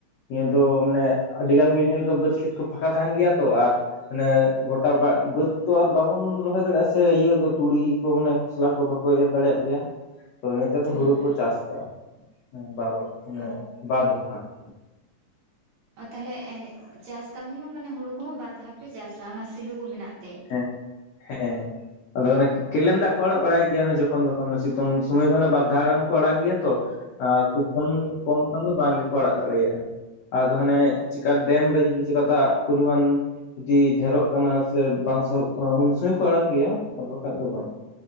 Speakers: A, on the left; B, on the right.
A: ᱱᱤᱭᱟᱹ ᱫᱚ ᱢᱟᱱᱮ ᱟᱹᱰᱤ ᱜᱟᱱ ᱜᱮ ᱧᱮᱞ ᱠᱚ ᱵᱟᱹᱫᱽ ᱠᱷᱮᱛ ᱠᱚ ᱯᱷᱟᱸᱠᱟ ᱛᱟᱦᱮᱱ ᱜᱮᱭᱟ ᱛᱚ ᱟᱨ ᱢᱟᱱᱮ ᱜᱚᱴᱟ ᱵᱟ ᱵᱟᱹᱫ ᱛᱚ ᱟᱨ ᱵᱟᱵᱚᱱ ᱨᱚᱦᱚᱭ ᱫᱟᱲᱮᱭᱟᱜᱼᱟ ᱥᱮ ᱤᱭᱟᱹ ᱫᱚ ᱛᱩᱲᱤ ᱠᱚ ᱢᱟᱱᱮ ᱠᱷᱚᱥᱞᱟ ᱠᱚ ᱠᱚ ᱵᱟᱠᱚ ᱮᱨ ᱫᱟᱲᱮᱭᱟᱜ ᱜᱮᱭᱟ ᱛᱚ ᱮᱛᱟᱨ ᱫᱚ ᱦᱩᱲᱩ
B: ᱦᱳᱭ
A: ᱠᱚ ᱪᱟᱥ ᱠᱫᱟᱼᱟ ᱵᱟᱨᱚ ᱢᱟᱱᱮ
B: ᱚ
A: ᱵᱟᱨᱫᱚᱯᱷᱟ ᱨᱮ
B: ᱛᱟᱦᱞᱮ ᱪᱟᱥ ᱠᱟᱹᱢᱤ ᱦᱚᱸ ᱢᱟᱱᱮ ᱦᱩᱲᱩ ᱠᱚᱦᱚᱸ ᱵᱟᱨ ᱫᱷᱟᱣ ᱯᱮ ᱪᱟᱥᱟ ᱚᱱᱟ ᱥᱤᱞᱳ ᱠᱚ ᱢᱮᱱᱟᱜ ᱛᱮ
A: ᱦᱮᱸ ᱦᱮᱸ ᱟᱫᱚ ᱠᱮᱱᱟ ᱠᱮᱱᱮᱞ ᱫᱟᱜ ᱠᱚ ᱟᱲᱟᱜ ᱵᱟᱲᱟᱭ ᱜᱮᱭᱟ ᱾ ᱮ ᱡᱚᱠᱷᱚᱱ ᱛᱚᱠᱷᱚᱱ ᱥᱤᱛᱩᱝ ᱥᱚᱢᱚᱭ ᱫᱚ ᱚᱱᱮ ᱵᱟᱨ ᱫᱷᱟᱣ ᱜᱟᱱ ᱠᱚ ᱟᱲᱟᱜ ᱜᱮᱭᱟ ᱛᱚ ᱾ ᱟᱨ ᱛᱩᱯᱩᱱ ᱠᱷᱚᱱ ᱠᱚᱢ ᱠᱷᱟᱱ ᱫᱚ ᱵᱟᱝ ᱜᱮᱠᱚ ᱟᱲᱟᱜ ᱫᱟᱲᱮᱭᱟᱜᱼᱟ ᱾ ᱟᱫᱚ ᱦᱟᱱᱮ ᱪᱮᱠᱟ ᱰᱮᱢ ᱨᱮ ᱡᱩᱫᱤ ᱪᱮᱠᱟ ᱫᱟᱜ ᱯᱚᱨᱤᱢᱟᱱ ᱡᱩᱚᱫᱤ ᱰᱷᱮᱨᱚᱜ ᱠᱟᱱᱟ ᱥᱮ ᱵᱟᱝ ᱥᱚᱦᱚᱵ ᱠᱟᱱᱟ ᱩᱱ ᱥᱚᱢᱚᱭ ᱠᱚ ᱟᱲᱟᱜ ᱜᱮᱭᱟ ᱟᱨ ᱵᱟᱠᱷᱟᱡ ᱫᱚ ᱵᱟᱝ